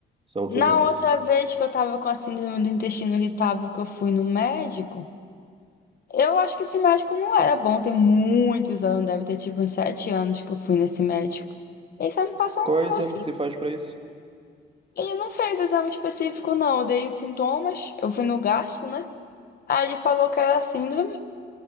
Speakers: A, on the right (about 30°); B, on the left (about 50°).
A: Essa outra
B: Na
A: doença.
B: outra vez que eu tava com a síndrome do intestino irritável, que eu fui no médico, eu acho que esse médico não era bom, tem muitos anos, deve ter tipo uns sete anos que eu fui nesse médico. Ele só me passou
A: Qual
B: um negocinho.
A: é o exame que se faz pra isso?
B: Ele não fez exame específico, não. Eu dei os sintomas, eu fui no gastro, né? Aí ele falou que era síndrome.